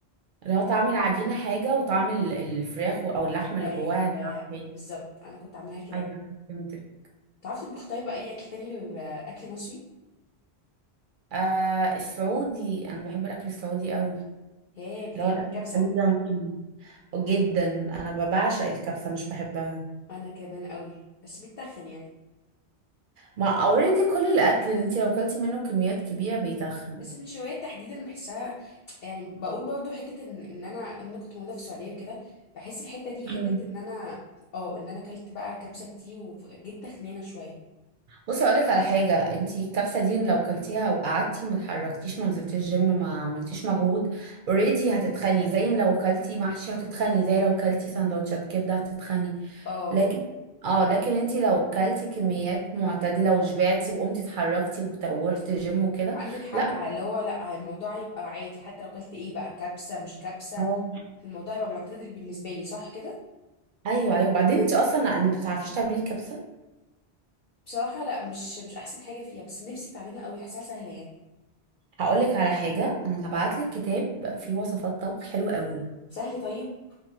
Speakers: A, on the right; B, on the left.
A: اللي هو طعم العجينة حاجة وطعم ال- الفراخ و- أو اللحمة اللي
B: ايوه
A: جواها طعم تاني
B: بالظبط انا كنت عاملاها كده
A: أيوة فهمتك
B: تعرفي تطبخ طيب اي اكل تاني غير آه، اكل مصري
A: آه السعودي أنا بحب الأكل السعودي قوي اللي
B: ايه بتحبي
A: هو الاكل
B: الكبسه
A: الخليجي عموما جدا انا ب- بعشق الكبسه مش بحبها
B: انا كمان قوي بس بتخن يعني
A: ما اوريدي كل الاكل اللي انت لو كلتي منه كميات كبيره بيتخن
B: بس النشويات تحديدا بحسها يعني بقول برضو حته ان ان انا ان انا كنت موجوده في السعوديه وكده بحس الحته دي
A: مم.
B: حته ان انا اه ان انا اكلت بقى كبسه كتير وجيت تخنانه شويه
A: بصي اقول لك على حاجه انت الكبسه دي لو كلتيها وقعدتي ما اتحركتيش ما نزلتيش جيم ما عملتيش مجهود اوريدي هتتخني زي لو كلتي محشي هتتخني زي لو كلتي سندوتشات كبده هتتخني
B: اه
A: لكن اه لكن انت لو كلتي كميات معتدله وشبعتي وقمتي اتحركتي وت- ورحتي جيم وكده
B: عندك حق
A: لا
B: اللي هو لا الموضوع يبقى عادي حتى لو كلت ايه بقى كبسه مش كبسه
A: اه
B: الموضوع يبقى معتدل بالنسبه لي صح كده
A: ايوه ايوه وبعدين انت اصلا ما بتعرفيش تعملي الكبسه
B: بصراحه لا مش مش احسن حاجه فيها بس نفسي اتعلمها قوي حاساها سهله يعني
A: هقولك على حاجه انا هبعتلك كتاب فيه وصفات طبخ حلوه قوي
B: سهل طيب